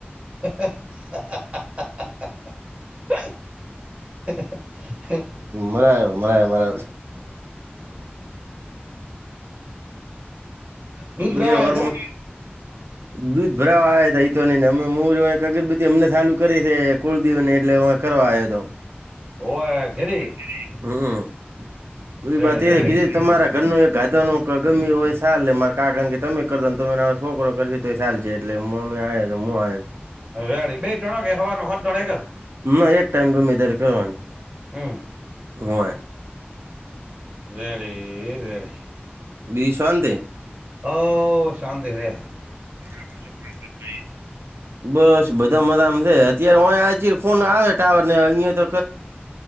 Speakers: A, on the right; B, on the right.
A: <unintelligible>
B: મરાયો મરાયો મરાયો
A: રુદ્રવાયા
B: બે વરમાં
A: તે
B: દૂધ ભરાવા આવ ત ઈ તો નઈને અમે મો એક અગરબત્ અમને સાલું કરી છે કોળ દિવવને એટલે કરવાય દો
A: <unintelligible>
B: હમ <unintelligible>
A: રેડે રેડે
B: તમારા ઘરનું એક <unintelligible> એટલે <unintelligible>
A: રેડી બે <unintelligible>
B: ના એક ટાઈમ ગમે ત્યારે કરવાની
A: હમ
B: હોય
A: <unintelligible>
B: બી શાંતે
A: હો શાંતિ છે.
B: <unintelligible>
A: <inaudible>
B: બસ બધા મજામાં છે અત્યારે <unintelligible> ફોન આવે ટાવર ને અહિયાં તો